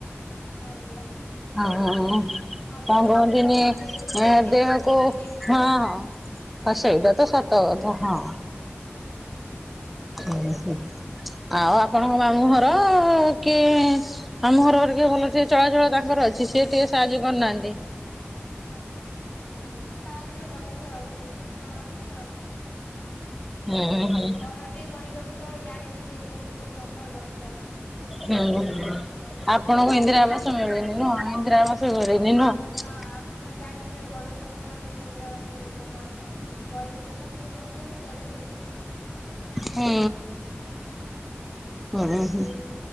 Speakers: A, on the left; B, in the centre.
A: ଆଜ୍ଞା।
B: ହୁଁ ହୁଁ ହୁଁ
A: ଆଗେ
B: କଣ
A: ତ
B: କହନ୍ତିନି
A: ପୁଣି ସମସ୍ତେ
B: ଏ
A: ମାଟି
B: ଦେହକୁ
A: ଘରେ ରହୁଥିଲେ
B: ହଁ ହଁ। ହଁ
A: ଆଜ୍ଞା
B: ସେଇଟା ତ ସତ କଥା ହଁ।
A: ଆଜ୍ଞା।
B: ଓହୋ ଆଉ ଆପଣଙ୍କ ମାମୁଁ ଘର କି। ମାମୁଁଘର ଘର ପରିକା ଭଲ ଟିକେ ଚଳାଚଳ ତାଙ୍କର ଅଛି ସିଏ ଟିକେ ସାହାଯ୍ୟ କରିନାହାନ୍ତି।
A: ହୁଁ ସାହାଯ୍ୟ କରିବେ ଆଉ ସେମିତି କରନ୍ତି ଆଉ।
B: ହୁଁ
A: ହଉ
B: ହୁଁ ହୁଁ
A: ଘର ଟିକେ କରିବାକୁ ତ ଜାଣିଥିବେ ଏବେ କେତେ ଟଙ୍କା ଦରକାର।
B: ହୁଁ।
A: ଆଉ କେତେ
B: ଆପଣଙ୍କୁ
A: ସାହାଯ୍ୟ
B: ଇନ୍ଦିରା ଆବାସ
A: କରିବେ
B: ମିଳୁନି
A: ଆଜ୍ଞା।
B: ନୁହଁ ଇନ୍ଦିରା ଆବାସ
A: ନାଇଁ
B: ମିଳିନି
A: ଇନ୍ଦିରାବାସ
B: ନୁହଁ।
A: ଆପଣ ତ ଜାଣିଥିବେ ବଡ଼ ଲୋକିଆ ମାନଙ୍କୁ ଇନ୍ଦିରା ଆବାସ ମିଳିବ ଘର। ଗରିବ ଲୋକଙ୍କୁ କିଏ ପଚାରୁଛି ଆଜି କାଲି।
B: ହୁଁ
A: ଆଜ୍ଞା।
B: ହୁଁ
A: ଯୋଉଠି
B: ହୁଁ।